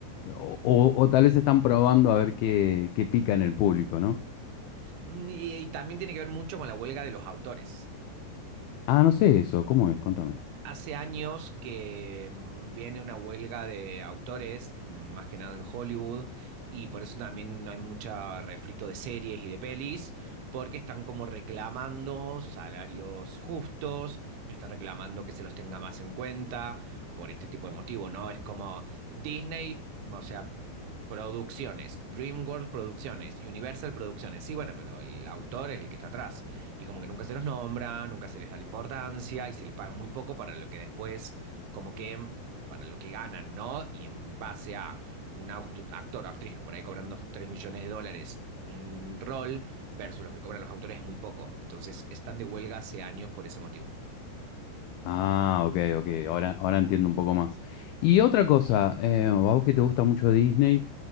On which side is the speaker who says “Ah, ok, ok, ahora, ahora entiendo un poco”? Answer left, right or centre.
Left